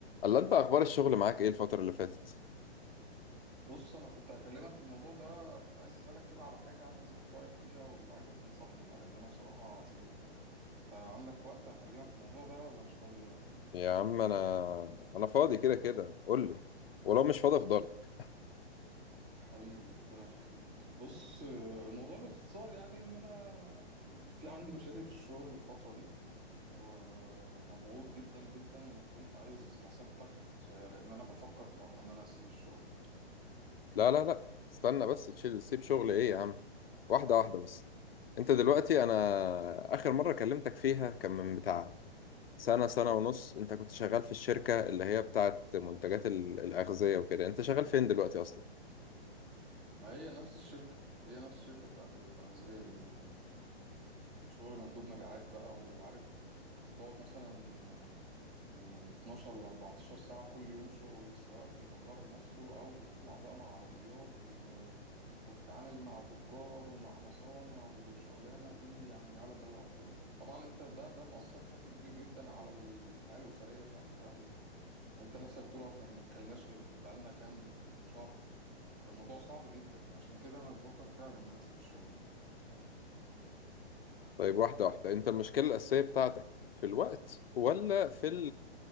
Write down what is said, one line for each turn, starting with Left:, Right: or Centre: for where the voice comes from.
Left: الله انت اخبار الشغل معاك ايه الفترة اللي فاتت
Right: بص انا كنت هكلمك في الموضوع ده كنت عايز اسالك كده على حاجه عايز اخد رايك فيها وعايزك تنصحني بقى لان انا بصراحه زهقت يعني انت عندك وقت اكلمك في الموضوع ده ولا مش فاضي دلوقتي
Left: يا عم انا انا فاضي كده كده قول لي ولو مش فاضي افضلك
Right: حبيبي ربنا يخليك بص آه، الموضوع باختصار يعني ان انا في عندي مشاكل في الشغل الفتره دي ومضغوط جدا جدا وكنت عايز نصيحتك آه، لان انا بفكر بصراحه ان انا اسيب الشغل
Left: لا لا لا استنى بس تشيل سيب شغل ايه يا عم واحدة واحدة بس انت دلوقتي انا اخر مرة كلمتك فيها كان من بتاع سنة سنة ونص انت كنت شغال في الشركة اللي هي بتاعت منتجات ال- الأغذية وكده انت شغال فين دلوقتي اصلا
Right: ما هي نفس الشركه هي نفس الشركه بتاعت الاغذيه دي شغل مندوب مبيعات بقى وعارف يعني تقعد مثلا من 12 ل 14 ساعة كل يوم شغل سواء في المقر نفسه أو بتطلع بقى مع عربيات و... وتتعامل مع تجار ومع مصانع وشغلانة دي يعني ما يعلم بها إلا ربنا طبعا انت ده ده مأثر بشكل كبير جدا على الحياة الأسرية بتاعت الواحد انت نفسك بتقول اه احنا ما بنتكلمناش غير بقالنا كام شهر فالموضوع صعب جدا عشان كده انا بفكر فعلا ان انا اسيب الشغل ده
Left: طيب واحدة واحدة انت المشكلة الأساسية بتاعتك في الوقت ولا في